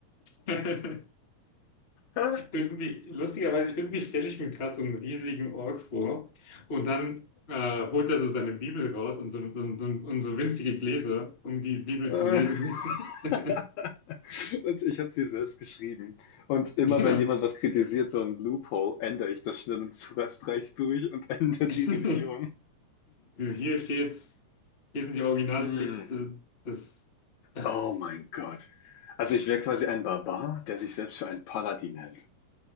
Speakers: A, on the left (about 40°); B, on the left (about 75°).
A: <laughs>
B: <laughs>
A: Irgendwie, lustigerweise, irgendwie stelle ich mir gerade so einen riesigen Ork vor und dann äh, holt er so seine Bibel raus und so, so, so, und so winzige Gläser, um die Bibel
B: Äh,
A: zu lesen. <laughs>
B: <laughs> Und ich habe sie selbst geschrieben. Und immer
A: Genau.
B: wenn jemand was kritisiert, so ein Loophole, ändere ich das schnell und streich durch und <laughs> ändere
A: <laughs> Dieses
B: die Religion.
A: Hier steht's, hier sind die Originaltexte
B: Mm.
A: des. <laughs>
B: Oh mein Gott. Also ich wäre quasi ein Barbar, der sich selbst für einen Paladin hält.